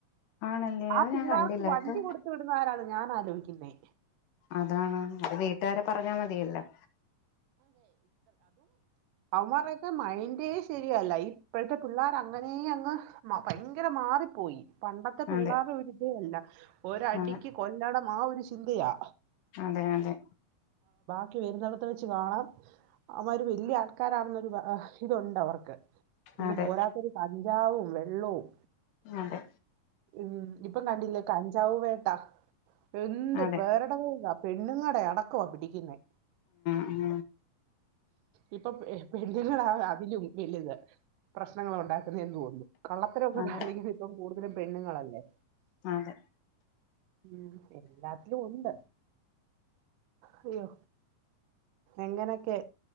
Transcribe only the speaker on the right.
ആ,
പിള്ളേർക്ക്,
വണ്ടി,
കൊടുത്ത്, വിടുന്നാരാന്നാ, ഞാനാ ലോയ്ക്കുന്നെ.
അവന്മാരൊക്കെ, മൈന്റെ, ശരിയ, ല്ല ഇപ്പോഴത്തെ, പിള്ളേരങ്ങനെ, യങ്ങ് ഭയങ്കര, മാറിപ്പോയി, പണ്ടത്തെ, പിള്ളേരെ,
ഒരിതേ, അല്ല, ഒര അടിക്ക്,
കൊല്ലണം, ആ ഒരു ന്തയാ.
ക്കി, വരുന്നിടത്ത്, വെച്ച്, കാണാം, അവന്മാര്, വല്ല്യ, ആൾക്കാരാണെന്നൊരു, എ, ഇതുണ്ട്, അവർക്ക്. പിന്നെ,
പോരാത്തൊരു, കഞ്ചാവും, വെള്ളവും.
ഉം, ഇപ്പം, കണ്ടില്ലേ, കഞ്ചാവ്, വേട്ടാ, എന്തു,
പേരെടെ, വേ പെണ്ണുങ്ങടെ, അടക്കുവ, പിടിക്കുന്നേ
ഇപ്പൊ, പെണുങ്ങളാ, അതിലും, വലുത് പ്രശ്നങ്ങളുണ്ടാക്കുന്നതെന്ന്, തോന്നുന്നു, കള്ളത്തരൊക്കെ,
കാണിക്കന്ന ഇപ്പം, കൂടുതലും, പെണ്ണുങ്ങളല്ലേ
ഉം, എല്ലാത്തിലും, ഒണ്ട്. അയ്യോ, എങ്ങനൊക്കെ